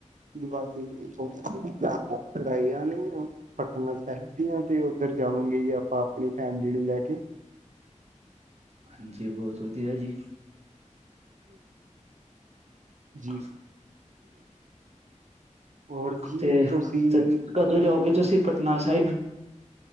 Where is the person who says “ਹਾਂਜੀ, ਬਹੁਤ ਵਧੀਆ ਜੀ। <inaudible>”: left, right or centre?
Right